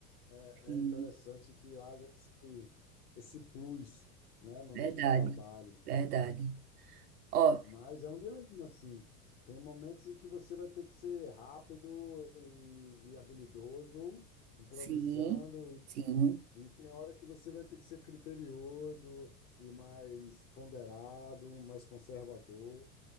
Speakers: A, on the left (about 25°); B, on the right (about 65°).
A: é,
B: sim.
A: é interessante que haja esse, esse plus, né, no
B: Verdade.
A: nosso trabalho.
B: Verdade. Ó,
A: Mas é um dilema, assim. Tem momentos em que você vai ter que ser rápido e, e habilidoso, improvisando
B: sim, sim,
A: e tem hora que você vai ter que ser criterioso e mais ponderado, mais conservador.